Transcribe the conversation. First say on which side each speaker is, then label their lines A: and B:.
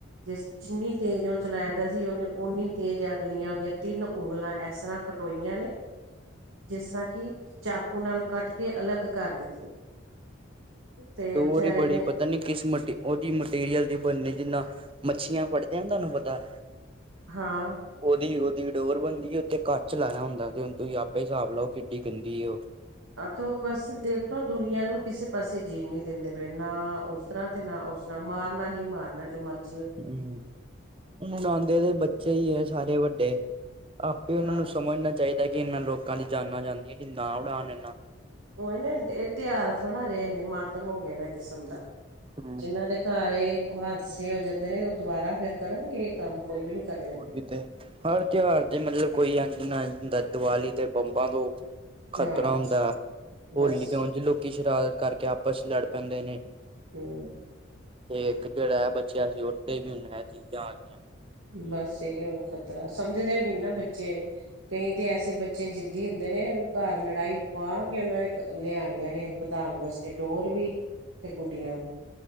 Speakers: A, on the right (about 85°); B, on the right (about 25°).
A: ਜਿਸ ਜਿੰਨੀ ਤੇਜ਼ ਉਹ ਚਲਾਇਦਾ ਸੀ ਨੀ ਉਨੇ ਉਨੀ ਤੇਜ਼ ਅਗਲੀਆਂ ਉਹਦੀਆਂ ਤਿੰਨ ਉਂਗਲਾਂ ਇਸ ਤਰ੍ਹਾਂ ਕਟੋਈਆਂ ਨੇ। ਜਿਸ ਤਰ੍ਹਾਂ ਕਿ ਚਾਕੂ ਨਾਲ ਕੱਟ ਕੇ ਅਲੱਗ ਕਰ ਦਿੱਤੀਆਂ। ਤੇ
B: ਡੋਰੀ
A: ਵਿਚਾਰੇ
B: ਈ ਬੜੀ
A: ਨੇ
B: ਪਤਾ ਨੀ ਕਿਸ ਮਟੀ ਉਹਦੀ ਮਟੀਰੀਅਲ ਦੇ ਬੰਨੇ ਜਿੰਨਾ ਮੱਛੀਆਂ ਫੜਦੇ ਤੁਹਾਨੂੰ ਪਤਾ
A: ਹਾਂ।
B: ਓਦੀ ਉਹਦੀ ਡੋਰ ਬਣਦੀ ਉੱਤੇ ਕੱਚ ਲਾਇਆ ਹੁੰਦਾ ਤੇ ਤੁਸੀਂ ਆਪੇ ਹਿਸਾਬ ਲਓ ਕਿੱਡੀ ਗੰਦੀ ਉਹ
A: ਆ ਤੋ ਬਸ ਦੇਖਲੋ ਦੁਨੀਆਂ ਨੂੰ ਕਿਸੇ ਪਾਸੇ ਜੀਣ ਨੀ ਦਿੰਦੇ ਪਏ ਨਾ ਉਸ ਉਸ ਤਰਾਂ ਤੇ ਨਾ ਉਸ ਤਰ੍ਹਾਂ ਮਾਰਨਾ ਹੀ ਮਾਰਨਾ ਜੋ ਮਰਜ਼
B: ਹੂੰ ਹੁਣ ਆਉਂਦੇ ਤੇ ਬੱਚੇ ਹੀ ਹੈ ਸਾਰੇ ਵੱਡੇ ਆਪੇ ਉਹਨਾਂ
A: ਹਾਂ
B: ਨੂੰ ਸਮਝਣਾ ਚਾਹੀਦਾ ਕਿ ਇਹਨਾਂ ਲੋਕਾਂ ਦੀ ਜਾਨਾਂ ਜਾਂਦੀਆਂ ਕਿ ਨਾ ਉਡਾਣ ਇਨਾ
A: ਉਹੀ ਨਾ ਇਹ ਤਿਉਹਾਰ ਥੋੜਾ ਰਹੇ ਨੇ ਮਾਤਮ ਹੋ ਗਿਆ ਦਾ ਕਿਸਮ ਦਾ
B: ਹਮ
A: ਜਿਹਨਾਂ ਦੇ ਘਰੇ ਹਾਦਸੇ ਹੋ ਜਾਂਦੇ ਨੇ ਉਹ ਦੁਬਾਰਾ ਫੇਰ ਕਰਨਗੇ ਇਹ ਕੰਮ ਕੋਈ ਵੀ ਨੀ ਕਰਨ ਲੱਗੇ
B: ਉਹੀ ਤੇ ਹਰ ਤਿਉਹਾਰ ਤੇ ਮਤਲਬ ਕੋਈ ਇੰਜ ਨਾ ਹੁੰਦਾ ਦੀਵਾਲੀ ਤੇ ਬੰਬਾ ਤੋਂ ਖ਼ਤਰਾ
A: ਹਾਂ
B: ਹੁੰਦਾ,
A: ਬਸ
B: ਹੋਲੀ ਤੇ ਉਝ ਲੋਕੀ ਕੀ ਸ਼ਰਾਰਤ ਕਰਕੇ ਆਪਸ ਚ ਲੜ ਪੈਂਦੇ ਨੇ
A: ਹੂੰ
B: ਤੇ ਇੱਕ ਜਿਹੜਾ ਹੈ ਬੱਚਿਆਂ ਚ ਉਠਦੇ ਵੀ ਹੁਣ ਇਹ ਚੀਜ਼ਾਂ ਆ ਗਈ।
A: ਬਸ ਇਹੀਓ ਖ਼ਤਰਾ ਸਮਝਦੇ ਵੀ ਨੀ ਨਾ ਬੱਚੇ ਕਈ ਤੇ ਐਸੇ ਬੱਚੇ ਜਿੱਦੀ ਹੁੰਦੇ ਨੇ ਘਰ ਲੜਾਈ ਪਾ ਕੇ ਉਹਨਾਂ ਨੇ ਲਿਆਣੀਆਂ ਨੇ ਵਧਾਣ ਵਾਸ ਤੇ ਡੋਰ ਵੀ ਤੇ ਗੁੱਡੀਆਂ ਵੀ